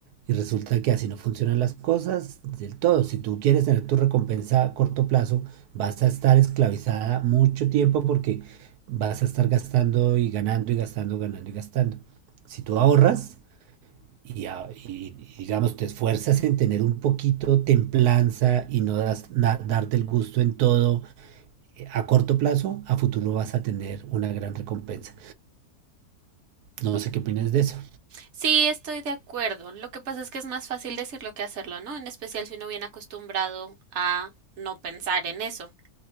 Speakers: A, on the right (about 85°); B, on the right (about 50°).
A: Y resulta que así no funcionan las cosas del todo. Si tú quieres tener tu recompensa a corto plazo, vas a estar esclavizada mucho tiempo porque vas a estar gastando y ganando y gastando, ganando y gastando. Si tú ahorras y, a- y- y, digamos, te esfuerzas en tener un poquito templanza y no das- na- darte el gusto en todo eh, a corto plazo, a futuro vas a tener una gran recompensa. No sé qué opinas de eso.
B: Sí, estoy de acuerdo. Lo que pasa es que es más fácil decirlo que hacerlo, ¿no? En especial si uno viene acostumbrado a no pensar en eso.